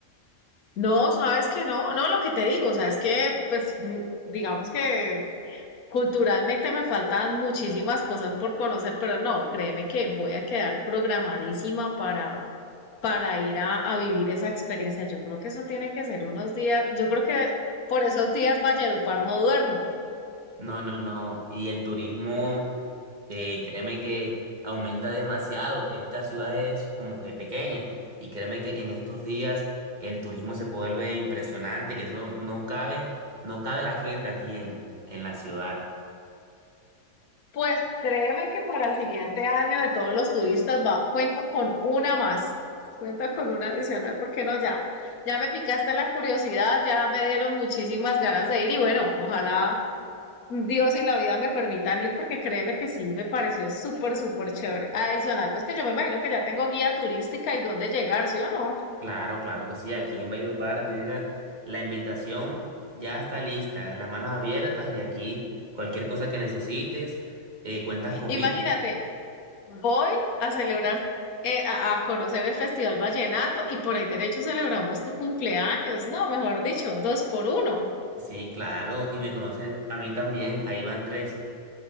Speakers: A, on the left (about 90°); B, on the right (about 30°).
A: No, sabes que no, no, lo que te digo, o sea, es que, pues, mm, digamos que Culturalmente me faltan muchísimas cosas por conocer, pero no, créeme que voy a quedar programadísima para, para ir a, a vivir esa experiencia. Yo creo que eso tiene que ser unos días, yo creo que por esos días Valledupar no duerme.
B: No, no, no. Y el turismo, eh, créeme que aumenta demasiado. Esta ciudad es como que pequeña. Y créeme que en estos días el turismo se vuelve impresionante, que eso no cabe, no cabe la gente aquí en, en la ciudad.
A: Pues créeme que para el siguiente año de todos los turistas va, cuenta con una más, cuenta con una adicional, porque no, ya, ya me picaste la curiosidad, ya me dieron muchísimas ganas de ir y bueno, ojalá Dios y la vida me permitan ir porque créeme que sí, me pareció súper, súper chévere. Adicional, pues que yo me imagino que ya tengo guía turística y dónde llegar, ¿sí o no?
B: Claro, claro que sí. Aquí en Valledupar tiene la, la invitación, ya está lista, las manos abiertas y aquí cualquier cosa que necesites, eh, cuentas conmigo.
A: Imagínate, voy a celebrar, eh, a, a conocer el Festival Vallenato y por ahí derecho celebramos tu cumpleaños, ¿no? Mejor dicho, dos por uno.
B: Sí, claro. Y me conoces a mí también. Ahí van tres.